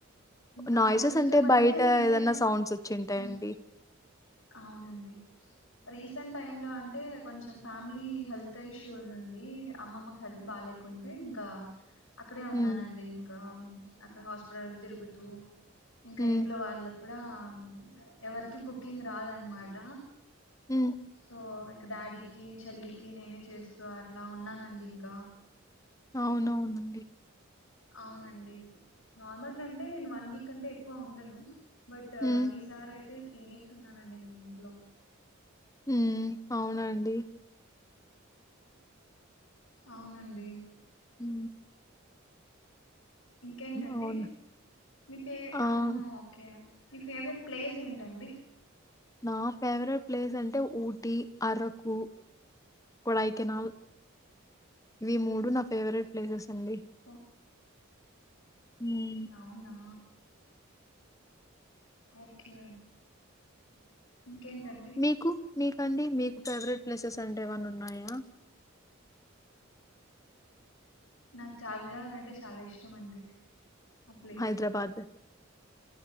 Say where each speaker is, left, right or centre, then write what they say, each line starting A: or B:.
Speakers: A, on the left; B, on the left.
A: నాకు
B: నాయిసెస్
A: ఇష్టం
B: అంటే బయట
A: రీసెంట్
B: ఏదన్నా సౌండ్స్ వచ్చి ఉంటాయండి
A: ఉమ్, అవునండి రీసెంట్ టైమ్ లో అంటే కొంచెం ఫ్యామిలీ హెల్త్ ఇష్యూస్ ఉంది అమ్మమ్మకి హెల్త్ బాలే కుంటే ఇంకా అక్కడే ఉన్నానండి
B: హ్మ్
A: ఇంకా అక్కడ హాస్పిటల్ తిరుగుతూ ఇంకా
B: హ్మ్
A: ఇంట్లో వాళ్ళకు కూడా ఎవరికి కుకింగ్ రాదనమాట
B: హ్మ్మ్
A: సో ఇంకా డాడీకి చెల్లికి నేనే చేస్తూ అట్లా ఉన్నానండి ఇంకా
B: అవునవునండి
A: అవునండి నార్మల్ అంటే నేను వన్ వీక్ అంటే ఎక్కువ ఉండను బట్
B: హ్మ్
A: ఈ సార్ అయితే త్రీ వీక్స్ ఉన్నానండి నేను ఇంట్లో
B: ఉమ్ అవునండి
A: అవునండి
B: ఉ
A: ఇంకేంటండి
B: అవును.
A: మీ పే
B: ఆ
A: అవున ఓకే మీ ఫేవరెట్ ప్లేస్ ఏంటండి
B: నా ఫేవరెట్ ప్లేస్ అంటే ఊటీ అరకు కొడైకెనాల్ ఇవి మూడు నా ఫేవరెట్ ప్లేసెస్ అండి
A: ఓ
B: హ్మ్మ్
A: అవునా ఓకే ఇంకేంటండి
B: మీకు మీకండి మీకు ఫేవరెట్ ప్లేసెస్ అంటే ఏమన్న ఉన్నాయా
A: నాకు చార్మినార్ అంటే చాలా ఇష్టం అండి ఆ ప్లేస్
B: హైదరాబాద్